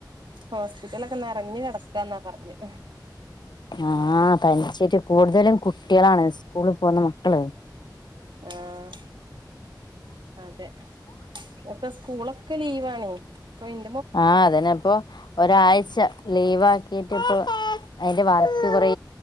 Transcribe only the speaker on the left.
ആഹ് തനിച്ചേറ്റ് കൂടുതലും കുട്ടി ളാണ് സ്കൂളിപോകുന്ന മക്കള്
ആ അതെന്നെ പ്പൊ ഒരാഴ്ച ലീവാ ആക്കിട്ട് ഇപ്പൊ അയിന്റെ വർക്ക് കുറേ